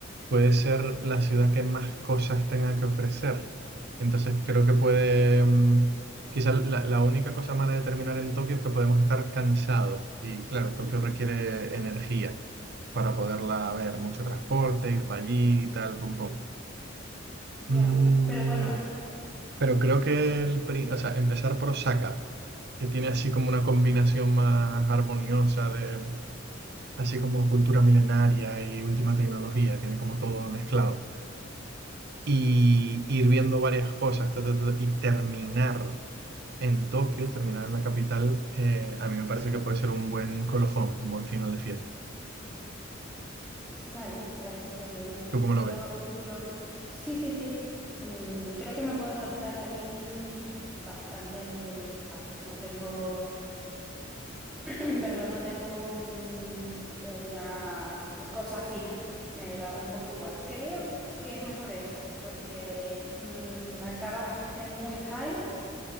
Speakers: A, on the right (about 55°); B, in the centre.
A: puede ser la ciudad que más cosas tenga que ofrecer. Entonces creo que puede, mm, quizá la, la única cosa mala de terminar en Tokio es que podemos estar cansados. Y claro, Tokio requiere energía para poderla ver, mucho transporte, ir para allí, y tal, pum, pum.
B: Ya,
A: Mm,
B: pero bueno,
A: pero creo que el, pri- o sea, empezar por Osaka, que tiene así como una combinación más armoniosa de, así como cultura milenaria y última tecnología, tiene como todo mezclado. y ir viendo varias cosas ta, ta, ta, y terminar en Tokio, terminar en la capital, eh, a mí me parece que puede ser un buen colofón, un buen final de fiesta.
B: vale, me parece bien.
A: ¿Tú cómo
B: Yo
A: lo ves?
B: lo... Sí, sí, sí. Mm, creo que me puedo adaptar ahí bastante fácil. No tengo... <clears throat> Perdón, no tengo un- una cosa fija. Me daba un poco igual. Creo que es mejor esa, porque mm, acabas en muy high